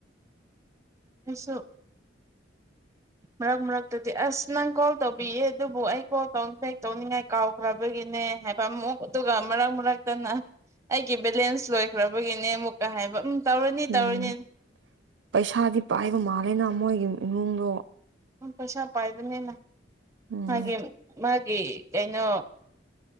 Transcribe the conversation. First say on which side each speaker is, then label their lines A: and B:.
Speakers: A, on the right; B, on the right.
A: ꯑꯁꯨꯣ ꯃꯔꯔꯛ ꯃꯔꯛ ꯑꯗꯨꯗꯤ ꯑꯁ ꯅꯪ ꯀꯣꯜ ꯇꯧꯕꯤꯌꯦ ꯑꯗꯨꯕꯨ ꯑꯩ ꯀꯣꯜ ꯦꯛ ꯇꯧꯅꯤꯡꯉꯥꯏ ꯀꯥꯎꯈ꯭ꯔꯕꯒꯤꯅꯦ ꯍꯥꯏꯕ ꯑꯃꯨꯛ ꯑꯃꯨꯛ ꯑꯗꯨꯒ ꯃꯔꯛ ꯃꯔꯛꯇꯅ ꯑꯩꯒꯤ ꯕꯦꯂꯦꯟꯁ ꯂꯣꯏꯈ꯭ꯔꯕꯒꯤꯅꯦ ꯑꯃꯨꯛꯀ ꯍꯥꯏꯕ ꯇꯧꯔꯅꯤ
B: ꯎꯝ
A: ꯇꯧꯔꯅꯤ
B: ꯄꯩꯁꯥꯗꯤ ꯄꯥꯏꯕ ꯃꯥꯜꯂꯦꯅ ꯃꯣꯏꯒꯤ ꯏꯃꯨꯡꯗꯣ
A: ꯄꯩꯁꯥ ꯄꯥꯏꯕꯅꯤꯅ
B: ꯎꯝ
A: ꯃꯥꯒꯤ ꯃꯥꯒꯤ ꯀꯩꯅꯣ